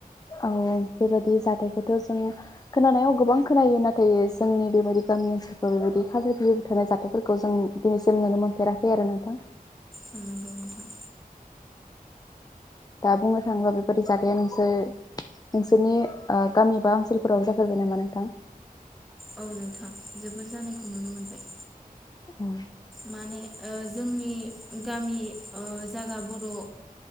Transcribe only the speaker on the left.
औ बेबायदि जाथायखौथ' जों खोनानायाव गोबां खोनायो नाथाय जोंनि बेबायदि गामि ओनसोलफोर बेबायदि खास्रि बिस्रि बुथारनाय जाथायफोरखौ जों दिनैसिम नुनो मोनफेराखै आरो नोंथां।
दा बुंनो थाङोब्ला बेबायदि जाथाया नोंसोर नोंसोरनि ओ गामि बा ओनसोलफोराव जाफेरबाय नामा नोंथां?
औ